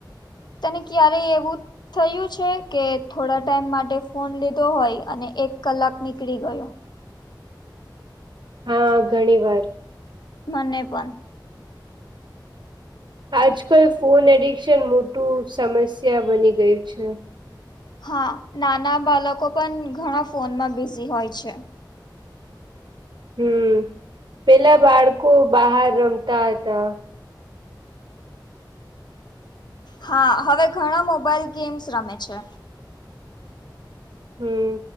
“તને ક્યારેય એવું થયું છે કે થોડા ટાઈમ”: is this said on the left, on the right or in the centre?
Left